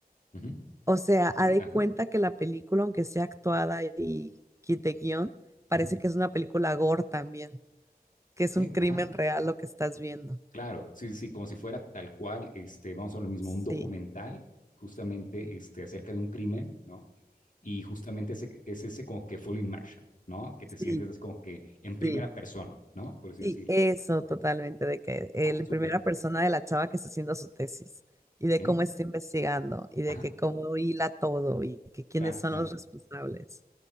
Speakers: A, on the left (about 55°); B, on the right (about 20°).
A: ujú,
B: O sea,
A: ok,
B: ha de
A: ajá,
B: cuenta que la película, aunque sea actuada y y de guión, parece
A: ujú,
B: que es una película gore también, que
A: ok,
B: es un crimen
A: ajá,
B: real lo que estás viendo.
A: Claro, sí, sí, sí, como si fuera tal cual, este, vamos a lo mismo,
B: Sí,
A: un documental justamente
B: sí,
A: este, acerca de un crimen, ¿no? Y justamente ese, es ese como que full immersion, ¿no? Que te sientes
B: sí,
A: así como que en primera
B: sí.
A: persona, ¿no? Por así
B: Sí,
A: decirlo.
B: eso
A: Ajá,
B: totalmente, de que el
A: ah, súper,
B: primera persona de la chava que está haciendo su tesis y de
A: ok,
B: cómo está investigando y de
A: ajá,
B: que cómo hila todo y que quiénes
A: claro,
B: son
A: claro,
B: los responsables.